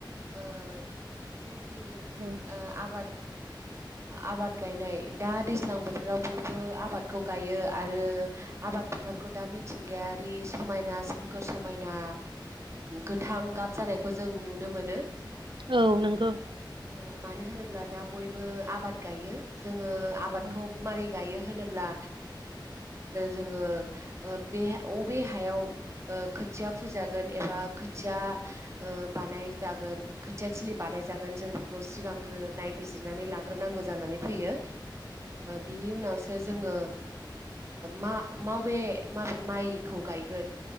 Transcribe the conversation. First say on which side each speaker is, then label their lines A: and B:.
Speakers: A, on the right; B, on the right.
A: ओ जोंनि
B: औ
A: आबाद आबाद गायनाय दा दैज्लां बोथोराव बयबो आबादखौ गायो आरो आबाद फोथारखौ दा मिथिंगायारि समायना सोमखोर समायना गो थां गाब जानायखौ जों नुनो मोनो।
B: औ नंगौ
A: ओ मानो होनोब्ला दा बयबो आबाद गायो जोङो आबादखौ
B: उम
A: मारै गायो होनोब्ला जोंङो बे अबे हायाव खो खोथिया फोजागोन एबा खोथिया बानाय जागोन खोथिया थिलि बानाय जागोन जों बेखौ सिगांग्रो नायबिजिर ग्रोनानै लाग्रोनांगौ जायो। बिनि उनावसो जोङो माबे माबे माइखौ गायगोन